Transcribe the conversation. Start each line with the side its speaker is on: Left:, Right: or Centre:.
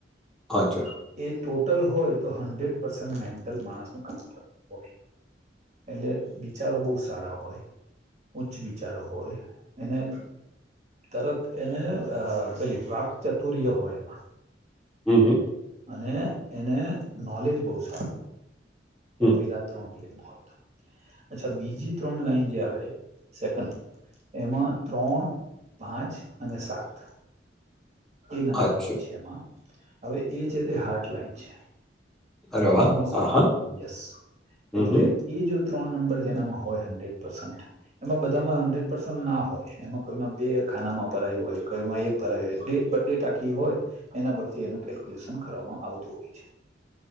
Centre: અચ્છા.
Right: એ ટોટલ હોય તો હંડ્રેડ પસ મેન્ટલ માણસ નુ કામ કરતું હોય. એટલે વિચારો બહુ સારા હોય. ઉચ્ચ વિચારો હોય એને તરત એને પેલી વાકચતુર્ય હોય એમાં.
Centre: હમ હમ.
Right: અને એને નોલેજ બહુ સારું.
Centre: હમ,
Right: એ પેલા ત્રણ પ્લેનમાં હોય અચ્છા બીજી
Centre: હમ.
Right: ત્રણ લાઈન જે આવે સેકન્ડ એમાં ત્રણ પાંચ અને સાત
Centre: <inaudible>
Right: એ નંબર
Centre: અચ્છા.
Right: હોય છે એમાં હવે એ છે તે હાર્ટલાઇન છે.
Centre: અરે વાહ!
Right: ઇમોશનલ
Centre: હા, હા.
Right: યસ
Centre: હમ,
Right: એટલે
Centre: હમ.
Right: એ જો ત્રણ નંબર જેનામાં હોય હંડ્રેડ પર્સન્ટ એમાં બધામાં હન્ડ્રેડ પર્સન્ટ ના હોય એમાં કોઈમાં બે ખાનામાં ભરાયું હોય કોઈમાં એક ભરાયે બર્થ ડેટ આખી હોય એના પરથી એનું કેલ્ક્યુલેશન કરવામાં આવતું હોય છે.